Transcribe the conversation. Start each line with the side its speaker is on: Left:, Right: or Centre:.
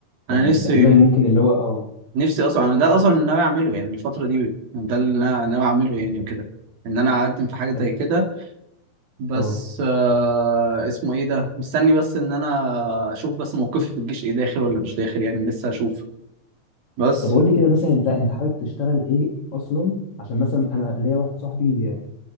Right: انا
Left: يعني
Right: نفسي
Left: تقريبا ممكن اللي هو اه
Right: نفسي اصلا انا ده اصلا اللي ناوي اعمله يعني الفترة دي ده اللي انا ناوي اعمله يعني وكده ان انا اقدم في حاجة زي
Left: طب
Right: كده بس
Left: اه
Right: آه اسمه ايه ده مستني بس ان انا اشوف بس موقفي في الجيش ايه داخل ولا مش داخل يعني لسه هشوف بس
Left: طب قول لي كده مثلا انت انت حابب تشتغل ايه اصلا عشان مثلا انا ليا واحد صاحبي